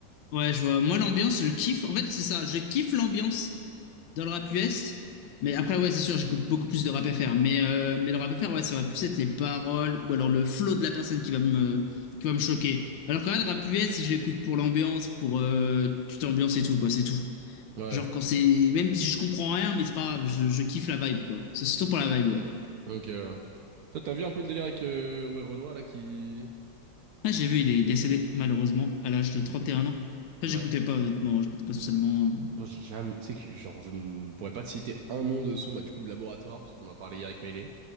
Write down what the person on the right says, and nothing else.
Ouais,
donc... euh, Toi, t'as vu un peu le délire avec euh, ouais, Renoir, là, qui...
Ouais.
Moi, j'ai jamais... Tu sais que, genre, je ne pourrais pas te citer un nom de son, bah, du coup, Laboratoire, parce qu'on en parlait hier avec Melee.